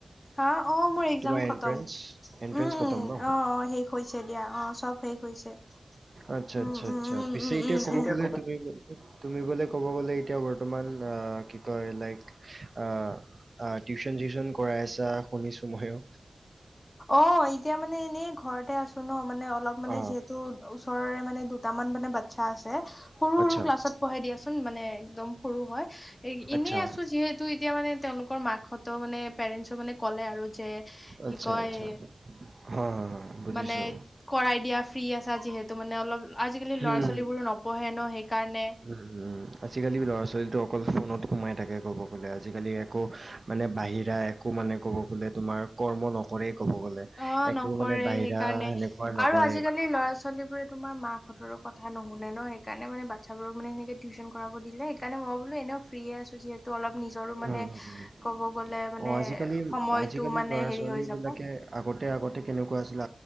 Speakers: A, on the left; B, on the right.
A: হাঁ অঁ মোৰ একজাম
B: তোমাৰ
A: খত-
B: এন্ট্ৰেন্স
A: তম।
B: এন্ট্ৰেন্স
A: উম
B: খতম ন
A: অঁ অঁ শেষ হৈছে দিয়া অঁ চব শেষ হৈছে।
B: আৎচ্ছা
A: উম
B: আৎচ্ছা
A: উম
B: আৎচ্ছা,
A: উম
B: পিছে
A: উম
B: এতিয়া
A: উম
B: ক'ব গ'লে
A: উম।
B: তুমি- তুমি বোলি ক'ব গলে এতিয়া বৰ্তমান অঁ কি কয় লাইক- আ‌ঁ আঁ টিউচন চিউচন কৰাই আছা শুনিছো ময়ো।
A: অঁ এতিয়া মানে এনেই ঘৰতে আছো ন মানে অলপ- মানে
B: অ,
A: যিহেতু ওচৰৰে মানে দুটামান মানে বাৎচ্ছা আছে- সৰু
B: আচ্ছা,
A: সৰু ক্লাছত পঢ়ে দিয়াচোন মানে একদম সৰু হয় এ
B: আচ্ছা,
A: এনেই আছো যিহেত- তো এতিয়া মানে তেওঁলোকৰ মাকহঁতও মানে পেৰেণছো মানে ক'লে আৰু যে-
B: আচ্ছা,
A: কি কয়?
B: আচ্ছা। হা, হা, হা, বুজিছোঁ।
A: মানে- কৰাই দিয়া ফ্ৰী আছা যিহেতু মানে অলপ আজিকালি
B: হুম,
A: ল'ৰা ছোৱালীবোৰো নপঢ়ে ন সেইকাৰণে।
B: উম' আজিকালি ল'ৰা ছোৱালীটো অকল ফোনত সোমাই থাকে ক'ব গলে আজিকালি একো- মানে বাহিৰা একো মানে ক'ব গ'লে তোমাৰ কৰ্ম নকৰেই ক'ব গ'লে।
A: অঁ
B: একো
A: নকৰে
B: মানে বাহিৰা
A: সেইকাৰণে,
B: সেনেকুৱা নকৰে।
A: আৰু আজিকালি ল'ৰা ছোৱালী বোৰে তোমাৰ মাক হঁত- তৰ কথা নোশোনে ন সেইকাৰণে মানে বাৎচ্ছাবোৰক মানে হেনেকে টিউচন কৰাব দিলে সেইকাৰণে মই বোলা এনেও ফ্ৰিৰিয়ে আ আছো- ছো যিহেতু, অলপ নিজৰো মানে
B: উম, উম, উম।
A: ক'ব গ'লে মানে
B: অ আজিকালি
A: সময়টো
B: আজিকালি
A: মানে
B: ল'ৰা
A: হেৰি
B: ছোৱালী
A: হৈ যাব।
B: বিলাকে আগতে আগতে কেনেকুৱা আছিলে